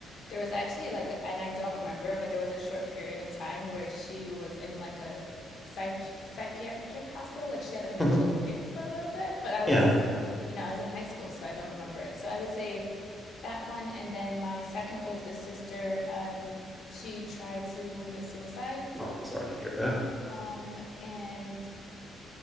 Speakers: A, on the left; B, in the centre.
A: there was actually like, and I don't remember, but there was a short period of time where she was in like a psych psychiatric hospital. Like she had a mental
B: hmm
A: break for a little bit, but I was,
B: Yeah.
A: you know, I was in high school, so I don't remember it. So I would say that one. And then my second oldest sister, um, she tried to commit suicide.
B: Oh, I'm sorry to hear that.
A: Um, and